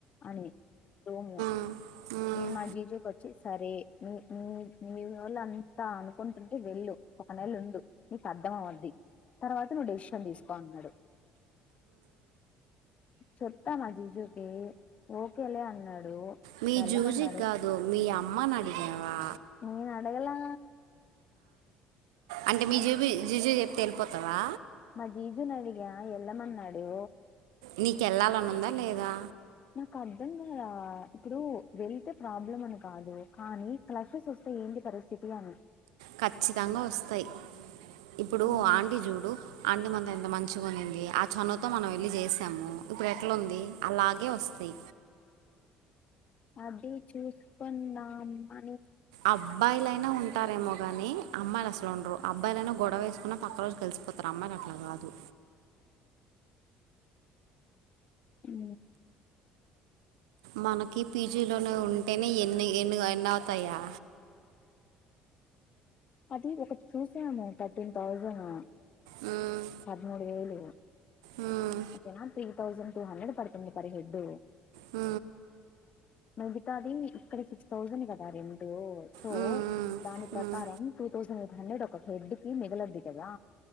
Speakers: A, on the left (about 40°); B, on the right (about 70°).
A: అని రూమ్
B: ఉమ్ ఉమ్.
A: నేను మా జీజుకి వచ్చి సరే మీ నీ నీ వాళ్ళ అంతా అనుకుంటుంటే వెళ్ళు ఒక నెల ఉండు నీకు అర్థం అవుద్ది తర్వాత నువ్వు డెసిషన్ తీసుకో అన్నాడు చెప్పాను జీజుకి ఓకేలే అన్నాడు
B: మీ
A: వెళ్ళమన్నాడు
B: జూజి కాదు మీ అమ్మని అడిగినవా
A: నేను అడగలా
B: అంటే మీ
A: మా
B: జూబు జీజు చెప్తే వెళ్ళిపోతవా
A: మా జీజు నీ అడిగా వెళ్ళమన్నాడు
B: నీకు వెళ్ళాలని ఉందా లేదా
A: నాకు అర్ధం కాలే ఇప్పుడు వెళ్తే ప్రాబ్లం అని కాదు కానీ క్లషెస్ వస్త టే ఏంటి పరిస్థితి అని
B: ఖచ్చితంగా వస్తాయి ఇప్పుడు
A: నేను
B: ఆంటీ చూడు అంటి మన ఎంత మంచిగా ఉన్నింది ఆ చనువతో మనం వెళ్ళి చేసాము ఇప్పుడు ఎట్లా ఉంది అలాగే వస్తు ది
A: అది చూసుకుందామా
B: అబ్బాయిలైనా ఉంట ఉంటారేమో కాని అమ్మాయిలు అసలు ఉండరు అబ్బాయిలైనా గొడవేసుకున్నా పక్క రోజు కలిసిపోతారు అమ్మాయిలు అట్లా కాదు
A: హు
B: మనకి పీజీలోనే ఉంటేనే ఎన్ని ఎన్ని ఎన్న అవుతాయా
A: అది ఒకటి చూసాను థర్టీన్ థౌజను,
B: మ్మ్,
A: పదమూడు వేలు.
B: మ్మ్,
A: ఓకేనా త్రీ తౌసండ్ టూ హండ్రెడ్ పడుతుంది పర్ హెడ్.
B: ఆ
A: మిగతాది ఇక్కడ సిక్స్ థౌజండ్ కదా రెంటు సో
B: మ్మ్, మ్మ్,
A: దాని ప్రకారం,
B: మ్మ్.
A: టూ థౌజండ్ ఎయిట్ హండ్రెడ్ ఒక హెడ్ కి మిగిలద్ది కదా!